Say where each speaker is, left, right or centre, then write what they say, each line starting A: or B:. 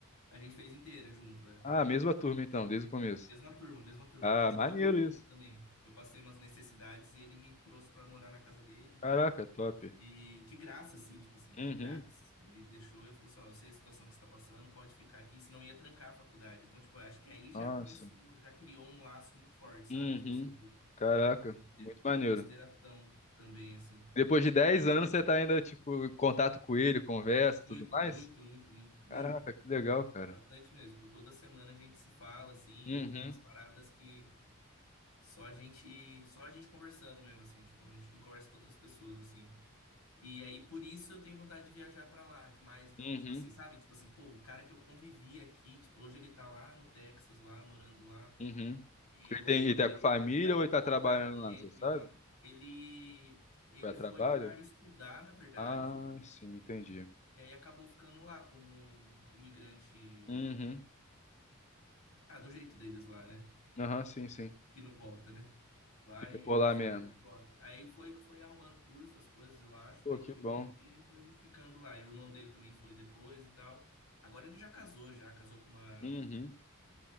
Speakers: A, on the left; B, on the left.
A: A gente fez inteira junto, é.
B: Ah, mesma turma, então, desde o começo.
A: Mesma turma, mesma turma.
B: Ah,
A: E a gente
B: maneiro
A: morou
B: isso.
A: junto também. Eu passei umas necessidades e ele me trouxe pra morar na casa dele.
B: Caraca, top.
A: E de graça, assim, tipo assim,
B: Uhum,
A: de grátis. Ele deixou, ele falou assim, ó, eu sei a situação que você tá passando, pode ficar aqui, senão ia trancar a faculdade. Então, tipo, eu acho que aí já
B: Nossa,
A: começou, já criou um laço muito forte, sabe?
B: uhum.
A: Tipo assim,
B: caraca,
A: de,
B: muito
A: de
B: maneiro.
A: consideração também, assim.
B: Depois de 10
A: E aí
B: anos
A: eu tenho
B: você tá ainda, tipo, em contato com ele, conversa,
A: muito,
B: tudo mais?
A: muito, muito, muito, muito,
B: Caraca, que
A: muito.
B: legal, cara.
A: Bastante mesmo. Tipo, toda semana a gente se fala, assim,
B: Uhum,
A: e tem umas paradas que Só a gente, só a gente conversando mesmo, assim, tipo, a gente não conversa com outras pessoas, assim. E aí, por isso, eu tenho vontade de viajar pra lá, mas, meu,
B: uhum,
A: tipo assim, sabe? Tipo assim, pô, o cara que eu convivi aqui, tipo, hoje ele tá lá no Texas, lá, morando lá,
B: uhum.
A: e
B: Ele
A: eu
B: tem,
A: poder
B: ele tá com família
A: ter a oportunidade
B: ou
A: de
B: ele
A: encontrar
B: tá trabalhando
A: com
B: lá,
A: ele
B: você sabe?
A: lá. Ele, ele
B: Foi a
A: foi
B: trabalho?
A: pra estudar, na verdade,
B: Ah, sim, entendi.
A: e aí acabou ficando lá como imigrante,
B: Uhum,
A: ah, do jeito deles lá, né?
B: Aham, sim, sim.
A: Que não volta, né? Vai
B: Fica por
A: para
B: lá
A: estudar
B: mesmo.
A: e volta. Aí foi foi arrumando curso, as coisas, eu acho,
B: Pô,
A: pelo
B: que
A: que eu
B: bom.
A: entendi, e foi ficando lá. E o irmão dele também foi depois e tal. Agora ele já casou, já casou com uma
B: uhum.